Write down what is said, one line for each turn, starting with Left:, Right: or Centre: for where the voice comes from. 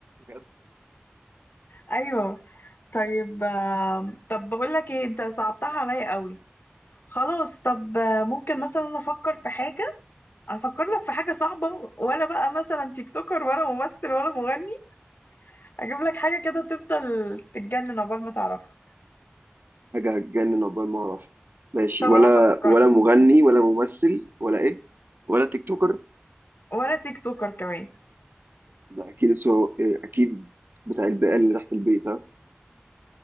Right: بجد
Left: ايوه طيب آم، طب بقول لك ايه انت صعبتها عليا قوي خلاص طب آه، ممكن مثلا انا افكر في حاجه افكر لك في حاجه صعبه ولا بقى مثلا تيك توكر ولا ممثل ولا مغني اجيب لك حاجه كده تفضل تتجنن عقبال ما تعرفها
Right: حاجه هتجنن عقبال ما اعرف ماشي
Left: طب
Right: ولا
Left: انا فكرت
Right: ولا مغني ولا ممثل ولا ايه ولا تيك توكر
Left: ولا تيك توكر كمان
Right: ده اكيد سو... إيه، اكيد بتاع البقال اللي تحت البيت ها